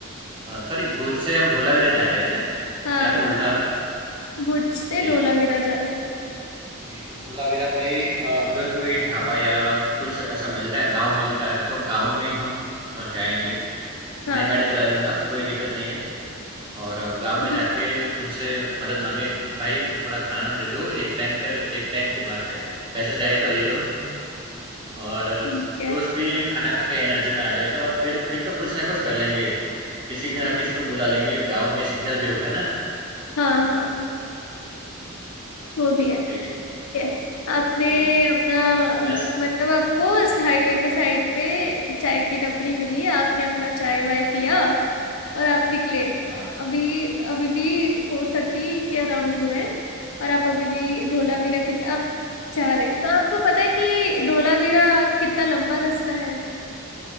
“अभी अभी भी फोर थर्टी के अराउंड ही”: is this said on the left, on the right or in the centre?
Left